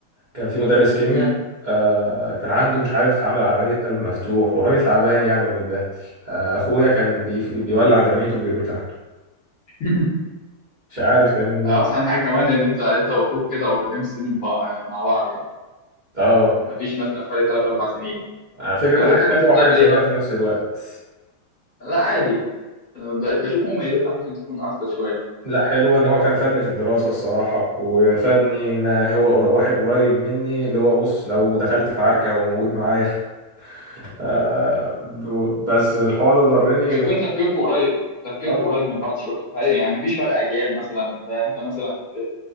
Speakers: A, on the right (about 45°); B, on the left (about 40°).
A: كان في مدرس كيمياء
B: مم.
A: آه كان عنده مش عارف عامل عملية قلب مفتوح وراجل تعبان يعني ومتبهدل آه أخويا كان بي... بيولع ديناميت وبيرميه تحت
B: <laughs>
A: مش عارف كان
B: آه، أحسن حاجة كمان إن أنت أنت وأخوك كده قريبين في سن من بع- آه، مع بعض يعني
A: اه
B: مفيش مثلا فرق تلات أربع سنين
A: على فكرة
B: طب
A: ده حاجة
B: أنت كنت
A: حلوة
B: بتعمل
A: وحاجة سيئة
B: إيه بقى؟
A: في نفس الوقت
B: لا عادي أنا ب- بشوف مميزاتها ممكن تكون أكتر شوية
A: لا حلوة ان هو كان فادني في الدراسة الصراحة وفادني ان هو قر- واحد قريب مني اللي هو بص لو دخلت في عركة وموجود معايا <laughs> آه ب- بس الحوار ده ضرني
B: بيكون
A: ان
B: تفكيركم قريب تفكيركم
A: اه
B: قريب من بعض شويه هل يعني مفيش فرق اجيال مثلا زي انت مثلا ب-